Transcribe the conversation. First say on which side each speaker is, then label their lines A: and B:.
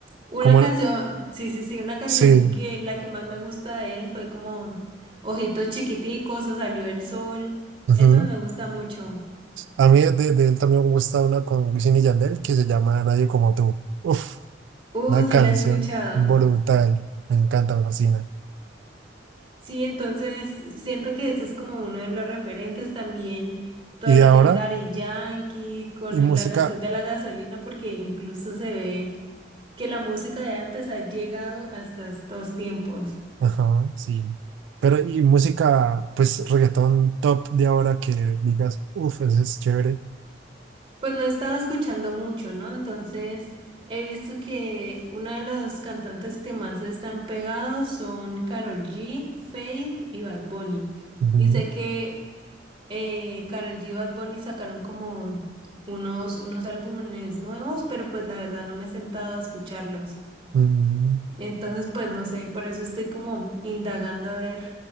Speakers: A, on the right; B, on the right.
A: una
B: como
A: canción, sí, sí, sí, una canción
B: Sí.
A: que la que más me gusta de él fue como Ojitos Chiquiticos o Salió el Sol.
B: ujú.
A: Esa me gusta mucho.
B: A mí de, de él también me gusta una con Wisin y Yandel que se llama Nadie como tú. Uf,
A: Uh,
B: una
A: sí,
B: canción
A: la he escuchado.
B: brutal. Me encanta, me fascina.
A: Sí, entonces siento que este es como uno de los referentes también, todo
B: Y de
A: lo
B: ahora,
A: que es Daddy Yankee, con
B: y música,
A: la canción de la gasolina, porque incluso se ve que la música de antes ha llegado hasta estos tiempos.
B: ajá, sí. Pero y música, pues reggaetón top de ahora que digas, uf, ese es chévere.
A: Pues no he estado escuchando mucho, ¿no? Entonces he visto que una de los cantantes que más están pegados son Karol G, Faith y Bad Bunny.
B: Ujú,
A: Y sé que eh, Karol G y Bad Bunny sacaron como unos, unos álbumes nuevos, pero pues la verdad no me he sentado a escucharlos.
B: mm.
A: Entonces, pues no sé, por eso estoy como indagando a ver